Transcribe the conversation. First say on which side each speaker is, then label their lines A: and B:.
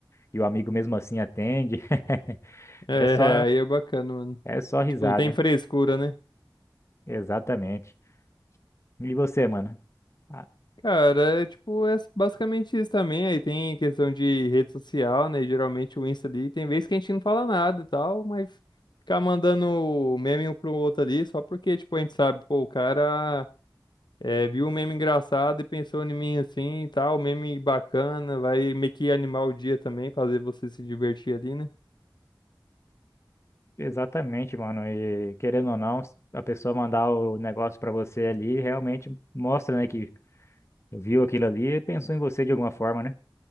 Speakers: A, on the left (about 35°); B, on the left (about 65°).
A: e o amigo mesmo assim atende. <laughs>
B: É,
A: É só,
B: <laughs> aí é bacana, mano.
A: é só risada.
B: Tipo, não tem frescura, né?
A: Exatamente. E você, mano? Ah,
B: Cara, é tipo, é basicamente isso também. Aí tem questão de rede social, né? Geralmente o Insta ali, tem vezes que a gente não fala nada e tal, mas ficar mandando meme um pro outro ali, só porque, tipo, a gente sabe, pô, o cara é, viu um meme engraçado e pensou em mim assim e tal, meme bacana, vai meio que animar o dia também, fazer você se divertir ali, né?
A: exatamente, mano. E querendo ou não, a pessoa mandar o negócio pra você ali realmente mostra, né, que viu aquilo ali e pensou em você de alguma forma, né?